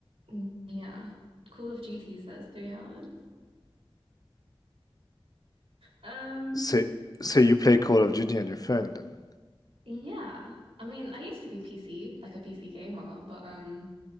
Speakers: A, on the right (about 85°); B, on the left (about 40°).
A: Yeah, Call of Duty says three hours. Um,
B: So so you play Call of Duty on your phone then?
A: yeah. I mean, I used to be PC, like a PC gamer, but um,